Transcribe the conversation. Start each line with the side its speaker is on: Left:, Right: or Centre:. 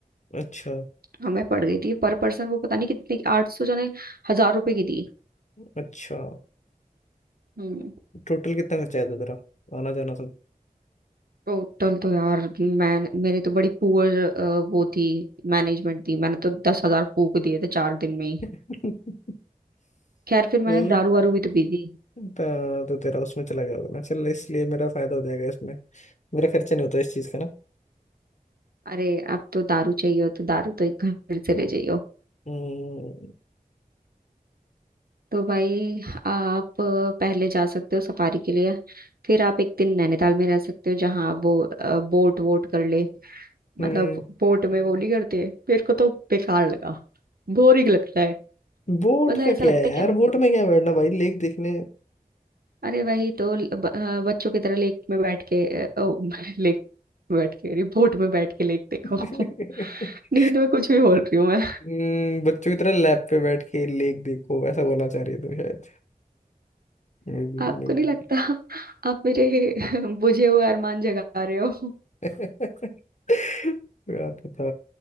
Left: अच्छा
Right: हमें पड़ गई थी पर पर्सन वो पता नहीं कितने की आठ सौ जाने हजार रुपए की थी
Left: अच्छा
Right: हम्म।
Left: टोटल कितना खर्चा आया था तेरा आना जाना सब
Right: टोटल तो यार मैं मेरी तो बड़ी पुअर वो थी मैनेजमेंट थी मैंने तो दस हजार फूक दिए थे चार दिन में ही
Left: <laughs>
Right: खैर फिर
Left: ओ,
Right: मैंने दारू वारू भी तो पी दी
Left: तो, तो तेरा उसमें चला गया होगा ना चल इसलिए मेरा फायदा हो जाएगा इसमें मेरा खर्चा नहीं होता इस चीज का ना
Right: अरे अब तो दारू चाहिए हो तो दारू तो एक घर से ले जाइए हो
Left: हम्म
Right: तो भाई आप अ, पहले जा सकते हो सफारी के लिए फिर आप एक दिन नैनीताल में रह सकते हो जहाँ आप वो बोट वोट कर ले मतलब
Left: हम्म,
Right: बोट में वो नहीं करते मेरे को तो बेकार लगा बोरिंग लगता है
Left: बोट
Right: मतलब
Left: का
Right: ऐसा
Left: क्या
Right: लगता
Left: है यार
Right: है कि
Left: बोट में क्या बैठना भाई लेक देखने
Right: अरे वही तो ल- ब- अ, बच्चों की तरह लेक में बैठ के अ, ओ, <laughs> लेक में बैठ के अरे बोट में बैठ के लेक देखो <laughs>
Left: <laughs>
Right: नींद में कुछ भी बोल रही हूँ मैं
Left: हम्म, बच्चों की तरह लैब पे बैठ के लेक देखो ऐसा बोलना चाह रही थी शायद Maybe
Right: आपको
Left: may
Right: नहीं
Left: be
Right: लगता आप मेरे <laughs> बुझे हुए अरमान जगा रहे हो
Left: <laughs> क्या पता